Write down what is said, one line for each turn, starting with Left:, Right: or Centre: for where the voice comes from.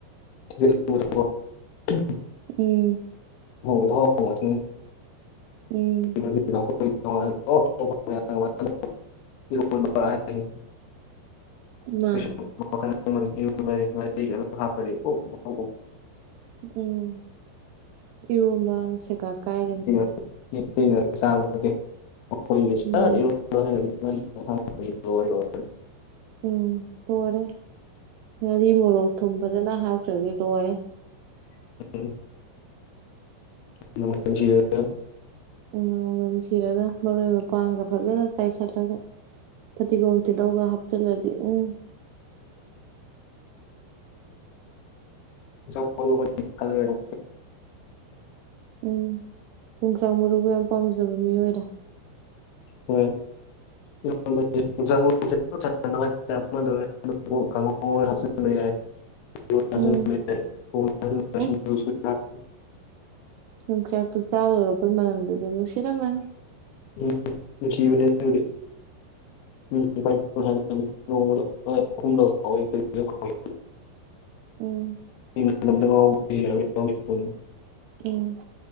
Left: <inaudible>
Right: ꯎꯝ
Left: <unintelligible>
Right: ꯎꯝ
Left: <unintelligible> <unintelligible>
Right: ꯃꯥꯅꯦ ꯎꯝ ꯏꯔꯣꯝꯕꯅ ꯁꯦꯒꯥꯛ ꯀꯥꯏꯔꯤꯕꯅꯤ
Left: <unintelligible>
Right: ꯃꯥꯅꯦ
Left: <unintelligible>
Right: ꯎꯝ ꯂꯣꯏꯔꯦ ꯉꯥꯔꯤ ꯃꯣꯔꯣꯛ ꯊꯨꯝ ꯐꯖꯅ ꯍꯥꯞꯈ꯭ꯔꯗꯤ ꯂꯣꯏꯔꯦ
Left: <unintelligible> <unintelligible>
Right: ꯎꯝ ꯃꯅꯝꯒ ꯅꯨꯡꯁꯤꯔꯒ ꯃꯔꯣꯏ ꯃꯄꯥꯡꯒ ꯐꯖꯅ ꯆꯥꯏꯁꯤꯜꯂꯒ ꯐꯗꯤꯒꯣꯝ ꯇꯤꯜꯍꯧꯒ ꯍꯥꯞꯆꯜꯂꯗꯤ ꯎꯝ
Left: ꯌꯣꯡꯆꯥꯛ ꯃꯔꯨ ꯑꯃꯅꯤ ꯊꯥꯗꯔꯒ
Right: ꯎꯝ ꯌꯣꯡꯆꯥꯛ ꯃꯔꯨꯒ ꯌꯥꯝ ꯄꯥꯝꯖꯕ ꯃꯤꯔꯣꯏꯔꯦ
Left: ꯍꯣꯏ <unintelligible>
Right: ꯎꯝ ꯎꯝ
Left: <unintelligible> <inaudible>
Right: ꯌꯣꯡꯆꯥꯛꯇꯣ ꯆꯥꯂꯣꯔꯛꯄꯩ ꯃꯅꯝꯗꯨꯗ ꯅꯨꯡꯁꯤꯔꯝꯃꯅꯤ
Left: ꯎꯝ ꯅꯤꯡꯁꯤꯡꯕꯅꯦꯗꯨꯕꯨꯗꯤ <unintelligible> <unintelligible>
Right: ꯎꯝ ꯎꯝ